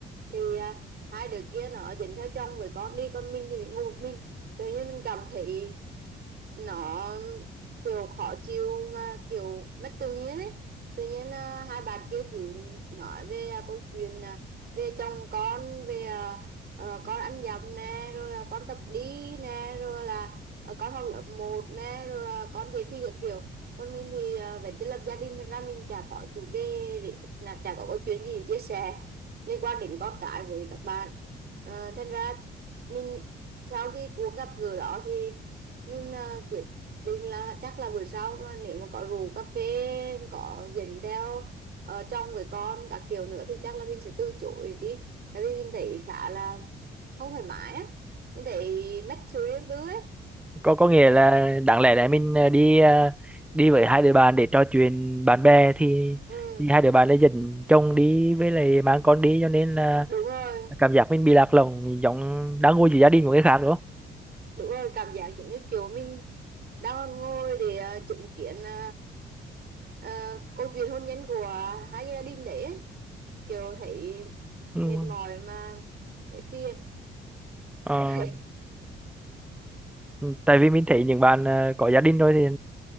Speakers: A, on the right (about 55°); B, in the centre.
A: thì à, hai đứa kia nó dính theo chồng với con đi còn mình thì ngồi một mình tự nhiên mình cảm thấy nó kiểu khó chịu mà kiểu mất tự nhiên ấy tự nhiên à, hai bạn kia cứ nói về à, câu chuyện à, về chồng con về à, ờ, con ăn dặm nè rồi à, con tập đi nè rồi là ờ, con học lớp một nè rồi à, con dạy thi các kiểu còn mình thì à, vẫn chưa lập gia đình thật ra mình chả có chủ đề để- là chả có câu chuyện gì để chia sẻ liên quan đến con cái với các bạn Ờ, thành ra mình sau cái cuộc gặp gỡ đó thì mình ờ, quyết định là chắc là buổi sau mà nếu mà có rượu cà phê có dẫn theo ờ, chồng với con các kiểu nữa thì chắc là mình sẽ từ chối đi tại vì mình thấy khá là không thoải mái á mình thấy mất sự riêng tư ấy
B: có có nghĩa là đáng lẽ là mình ờ, đi ờ, đi với hai đứa bạn để trò chuyện bạn bè thì,
A: ừ
B: thì hai đứa bạn lại dẫn chồng đi với lại mang con đi cho nên là
A: đúng rồi
B: cảm giác mình bị lạc lõng giống đang ngồi giữa gia đình của người khác đúng không
A: đúng rồi cảm giác giống như kiểu mình đang còn ngồi để ờ, chứng kiến ờ, ờ, câu chuyện hôn nhân của hai gia đình đấy ấy. kiểu thấy
B: ừ.
A: mệt mỏi mà thấy phiền
B: ờ.
A: <laughs>
B: Ừ, tại vì mình thấy những bạn à, có gia đình rồi thì